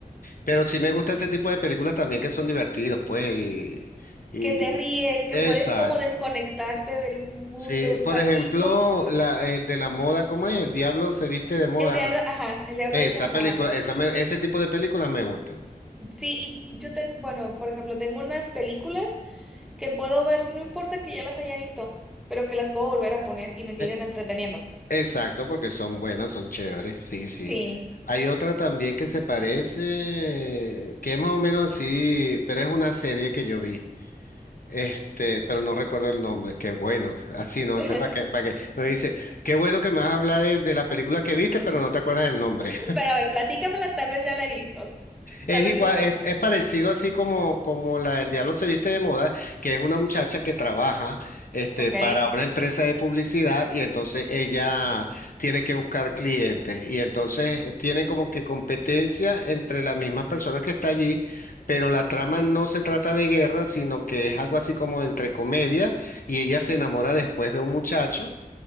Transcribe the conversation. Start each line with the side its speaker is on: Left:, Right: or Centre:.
Left: Pero sí me gusta ese tipo de películas también que son divertidos, pues, y, y-
Centre: que te ríes, que
Left: Exacto.
Centre: puedes como desconectarte del mundo
Left: Sí,
Centre: un
Left: por
Centre: ratito.
Left: ejemplo, la, el de la moda, ¿cómo es? El diablo se viste de moda.
Centre: El diablo, ajá, el diablo
Left: Esa
Centre: dice la
Left: película,
Centre: moda.
Left: esa me- ese tipo de películas me gustan.
Centre: Sí, y yo tengo, bueno, por ejemplo, tengo unas películas que puedo ver, no importa que ya las haya visto, pero que las puedo volver a poner y me siguen
Left: E- Sí.
Centre: entreteniendo.
Left: Exacto, porque son buenas, son chéveres. Sí, sí.
Centre: Sí.
Left: Hay otra también que se parece, que es más o menos así, pero es una serie que yo vi. Este, pero no recuerdo el nombre. Qué bueno, así no.
Centre: <laughs>
Left: Entonces, ¿para qué? ¿Para qué? Me dice, qué bueno que me vas a hablar de, de la película que viste, pero no te acuerdas del nombre.
Centre: Mm, Pero a ver, platícamela, tal vez ya la he visto.
Left: Es
Centre: Tal vez
Left: igual,
Centre: yo también.
Left: es, es parecido así como, como la del Diablo se viste de moda, que es una muchacha que trabaja este,
Centre: Ok,
Left: para una empresa de publicidad y entonces ella tiene que buscar clientes y entonces eh, tiene como que competencia entre las mismas personas que está allí, pero la trama no se trata de guerra, sino que es algo así como entre comedia y ella se enamora después de un muchacho.